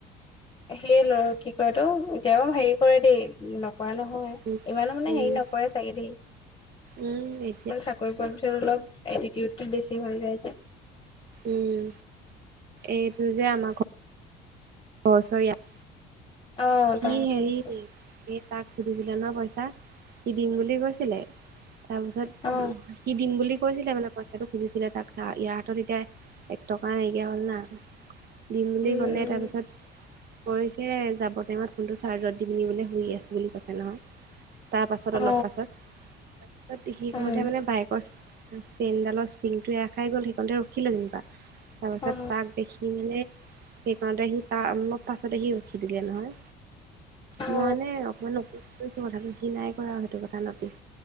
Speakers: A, on the left (about 25°); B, on the right (about 55°).
A: সেই ল'ৰা কি কয় এইটো এতিয়া বাৰু হেৰি কৰে দেই নকৰা নহয়।
B: উম
A: ইমানো মানে
B: উম
A: হেৰি নকৰে চাগে দেই।
B: উম, এ
A: <unintelligible> চাকৰি পোৱাৰ পিছত অলপ, এটিটিউড টো বেছি হৈ যায় যে।
B: উম, এইটো যে আমাৰ ঘ <unintelligible>
A: অ
B: সি
A: তাৰ কথা
B: হেৰি,
A: কৈছো।
B: এই তাক সুধিছিলা নহয় পইচা, সি দিম বুলি কৈছি ছিলে, তাৰ পিছত
A: অ
B: উ, সি দিম বুলি কৈছিলে মানে পইচাটো খুজিছিলে তাক ইয়াৰ হাতত তিয়া, এক টকা নাইকিয়া হ'ল না। দিম বুলি
A: উম
B: ক'লে
A: উম
B: তাৰপিছত কৰিছে যাব টাইমত ফোনটো চাৰ্জত দি পিনি বোলে শুই আছো বুলি কৈছে নহয়। তাৰপাছত অলপ
A: অ
B: পাছত তাৰপিছত পেহী ঘৰতে
A: উম
B: মানে বাইকৰ চাইন ডালৰ ইচপ্ৰিংটো এৰ খাই গল সেইকণতে ৰখিলো যেনিবা। তাৰপাছত
A: অ
B: তাক দেখি মানে সেইকণতে সি তা মই পাছত আহি ৰখিলাগে নহয়। মই
A: অ
B: এনে অকণমান নটিচ কৰিছো কথাটো সি নাই কৰা সেইটো কথা নটিচ।